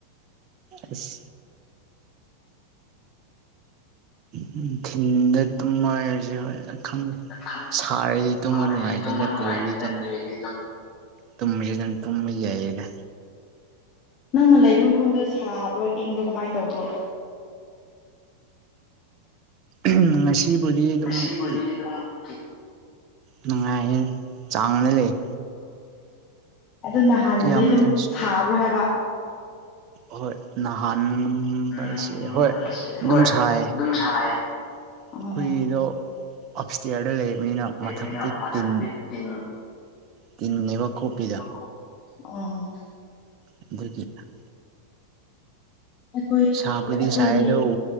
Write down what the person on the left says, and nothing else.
ꯈꯪ
ꯑꯩ
ꯇꯨꯝꯕ
ꯅꯨꯡꯉꯥꯏꯇꯦ
ꯅꯠꯇ꯭ꯔꯗꯤ ꯑꯗꯨꯝ
ꯅꯪꯅ ꯂꯩꯕ ꯃꯐꯝꯗꯨ ꯁꯥꯕ꯭ꯔꯣ ꯏꯪꯕ꯭ꯔꯣ ꯀꯃꯥꯏꯅ ꯇꯧꯕ꯭ꯔꯣ꯫
ꯉꯁꯤꯕꯨꯗꯤ
ꯑꯗꯨꯝ ꯏ
ꯑꯗꯨ ꯅꯍꯥꯟꯒꯨꯝꯕꯗꯤ
ꯑꯗꯨꯝ ꯁꯥꯕ꯭ꯔꯣ ꯍꯥꯏꯕ꯫
ꯎꯝ
ꯍꯣꯏ
ꯑꯗꯨꯝ ꯁꯥꯏꯌꯦ ꯑꯣ
ꯂꯩꯕꯅꯤꯅ
ꯃꯊꯛꯇꯤ
ꯇꯤꯟ꯫
<unintelligible> ꯑꯝ
ꯑꯩꯈꯣꯏꯗꯤ
ꯑꯩꯈꯣꯏꯗꯤ꯫